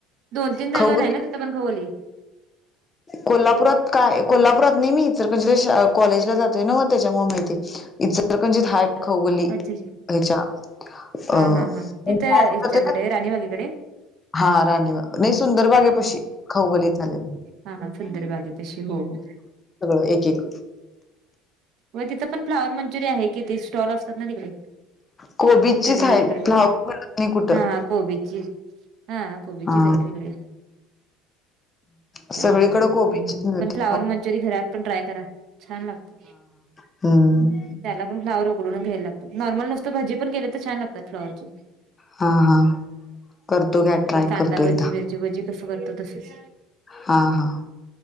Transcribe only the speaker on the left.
खाऊगली
कोल्हापुरात काय कोल्हापुरात नाही मी तर इचलकरंजीला शा कॉलेजला जातोय ना मग त्याच्यामुळे माहिती इचलकरंजीत हाय खाऊ गल्लीत
ह्याच्या
अ...
<inaudible>
हा राणीबाग नाही सुंदर बागेपशी खाऊ गल्लीत झाले.
सगळं एक एक
कोबीचीच
आहे
फ्लावर मिळत नाही कुठं
हा
सगळीकडे
कोबीचीच मिळते
हांम्म
हा हा करतो घ्या
ट्राय
करतो
एकदा.
हा हा